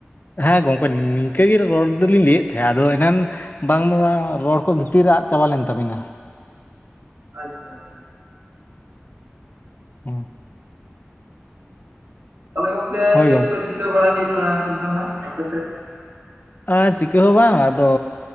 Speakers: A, on the left; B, on the right.
A: ᱦᱮᱸ ᱜᱚᱝᱠᱮ ᱱᱤᱝᱠᱟᱹ ᱜᱮ ᱨᱚᱲ ᱫᱚᱞᱤᱧ ᱞᱟᱹᱭᱮᱫ ᱛᱟᱦᱮ ᱟᱫᱚ ᱮᱱᱟᱱᱼᱼ ᱵᱟᱝᱢᱟ ᱨᱚᱲ ᱠᱚ ᱵᱷᱤᱛᱤᱨ ᱨᱮ ᱟᱫ ᱪᱟᱵᱟ ᱞᱮᱱ ᱛᱟᱵᱤᱱᱟ᱾
B: ᱟᱪᱪᱷᱟ ᱟᱪᱪᱷᱟ
A: ᱦᱩᱸ
B: ᱛᱟᱦᱞᱮ ᱜᱚᱝᱠᱮ
A: ᱦᱳᱭ
B: ᱪᱮᱫ
A: ᱜᱚᱝᱠᱮ
B: ᱠᱚ ᱪᱤᱠᱟᱹ ᱵᱟᱲᱟᱭ ᱦᱩᱭᱩᱜ ᱠᱟᱱᱟ ᱱᱤᱛ ᱫᱚ ᱦᱟᱸᱜ ᱟᱯᱮᱥᱮᱫ?
A: ᱟ ᱪᱤᱠᱟᱹ ᱦᱚᱸ ᱵᱟᱝ ᱟᱫᱚ